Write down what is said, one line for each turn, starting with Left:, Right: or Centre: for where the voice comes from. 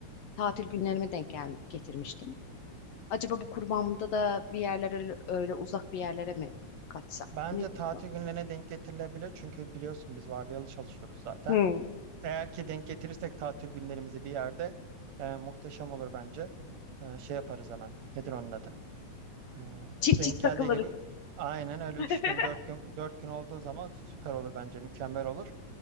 Left: Tatil günlerime denk gel getirmiştim. Acaba bu kurbanımda da bir yerlere öyle, öyle uzak bir yerlere mi kaçsam?
Right: Bence
Left: Ne diyorsun?
Right: tatil günlerine denk getirilebilir çünkü biliyorsun biz vardiyalı çalışıyoruz zaten.
Left: Hmm.
Right: Eğer ki denk getirirsek tatil günlerimizi bir yerde e, muhteşem olur bence. E, şey yaparız hemen. Nedir onun adı? E,
Left: Çift
Right: denk
Left: çift
Right: geldiği
Left: takılırız.
Right: gibi aynen öyle
Left: <laughs>
Right: 3 gün 4 gün 4 gün olduğu zaman süper olur bence. Mükemmel olur.